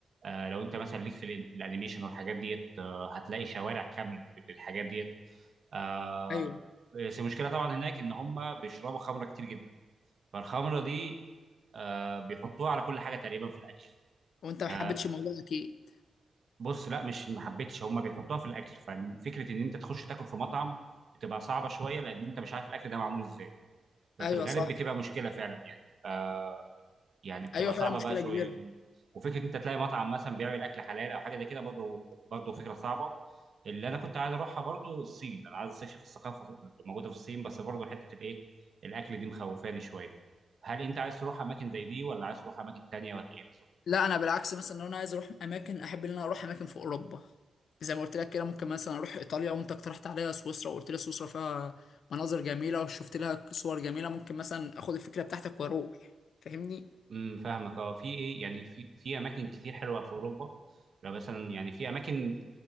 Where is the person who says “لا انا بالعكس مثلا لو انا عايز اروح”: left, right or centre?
Left